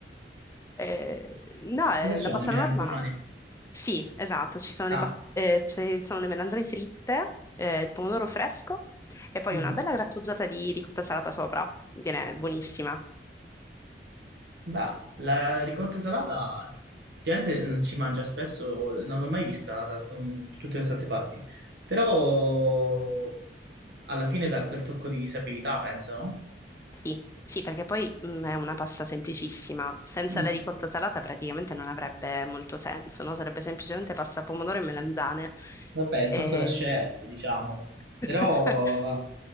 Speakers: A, on the left; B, on the right.
A: Eh, no, eh,
B: Cosa
A: la
B: c'ho?
A: pasta
B: Le melanzane?
A: alla norma, sì, esatto, ci sono
B: Ah,
A: le, pas- eh, ci sono le melanzane fritte, eh, il pomodoro fresco e poi
B: mhm.
A: una bella grattugiata di ricotta salata sopra. Viene buonissima.
B: Beh, la ricotta salata effettivamente non si mangia spesso, non l'ho mai vista da da un- tutte queste altre parti, però alla fine dà quel tocco di sapidità, penso, no?
A: Sì, sì, perché poi mm, è una pasta semplicissima. Senza
B: Mm.
A: la ricotta salata praticamente non avrebbe molto senso, no? Sarebbe semplicemente pasta pomodoro e melanzane.
B: Vabbè, il
A: E-
B: tocco da chef, diciamo,
A: <laughs>
B: però,